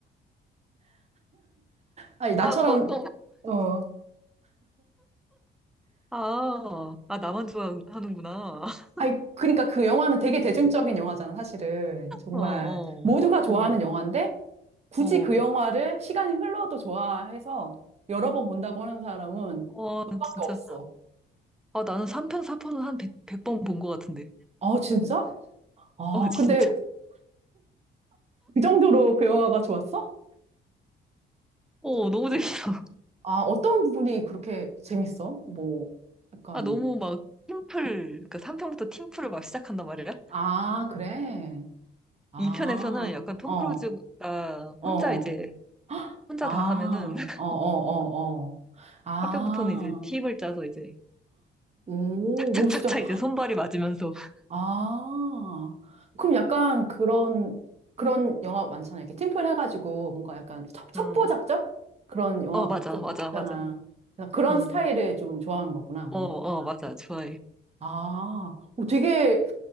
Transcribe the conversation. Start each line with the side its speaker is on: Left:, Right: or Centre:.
Right: 아니, 나처럼,
Centre: 아, 어, 또,
Right: 어,
Centre: 아, 아, 나만 좋아하는구나. <laughs>
Right: 아니, 그러니까 그 영화는 되게 대중적인 영화잖아, 사실은. 정말
Centre: 어, 어,
Right: 모두가 좋아하는
Centre: 어,
Right: 영화인데 굳이
Centre: 어,
Right: 그 영화를 시간이 흘러도 좋아해서 여러 번 본다고 하는 사람은
Centre: 어,
Right: 너밖에
Centre: 진짜.
Right: 없어.
Centre: 아, 나는 3편, 4편은 한 100, 번 본 것 같은데.
Right: 아, 진짜? 아,
Centre: 어, 진짜.
Right: 근데 그 정도로 그 영화가 좋았어?
Centre: 어, 너무 재밌어.
Right: 아, 어떤 부분이 그렇게 재밌어? 뭐, 약간,
Centre: 아, 너무 막 팀플, 그 3편부터 팀플을 막 시작한단 말이야?
Right: 아, 그래. 아,
Centre: 2편에서는 약간 톰
Right: 어,
Centre: 크루즈가
Right: 어,
Centre: 혼자 이제, 혼자
Right: 아,
Centre: 다 하면은, <laughs>
Right: 어, 어, 어,
Centre: 어,
Right: 어. 아,
Centre: 4편부터는 이제 팀을 짜서 이제,
Right: 오,
Centre: 착착착착
Right: 오, 진짜.
Centre: 이제 손발이 맞으면서, <laughs>
Right: 아, 그럼 약간 그런, 그런 영화 많잖아. 이렇게 팀플 해가지고 뭔가 약간 첩, 첩보
Centre: 음,
Right: 작전? 그런 영화가
Centre: 어, 맞아,
Right: 좀
Centre: 맞아,
Right: 있잖아.
Centre: 맞아.
Right: 그래서 그런
Centre: 음,
Right: 스타일을 좀 좋아하는 거구나, 뭔가.
Centre: 어, 어, 맞아, 좋아해.
Right: 아, 오, 되게,